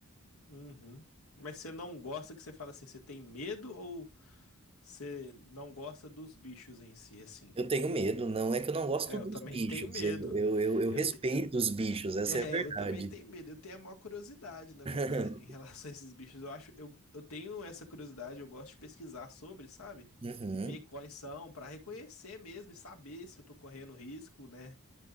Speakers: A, on the left (about 80°); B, on the right (about 25°).
A: Uhum. Mas você não gosta que você fala assim, você tem medo ou você não gosta dos bichos em si, assim?
B: Eu tenho medo, não é que eu não gosto
A: É, eu
B: dos
A: também
B: bichos,
A: tenho medo.
B: eu, eu, eu, eu
A: Eu,
B: respeito
A: te- eu,
B: os bichos, essa
A: É,
B: é a verdade.
A: eu também tenho medo. Eu tenho a maior curiosidade, na
B: <laughs>
A: verdade, em relação a esses bichos. Eu acho, eu, eu tenho essa curiosidade, eu gosto de pesquisar sobre, sabe?
B: Uhum.
A: E ver quais são, pra reconhecer mesmo e saber se eu tô correndo risco, né?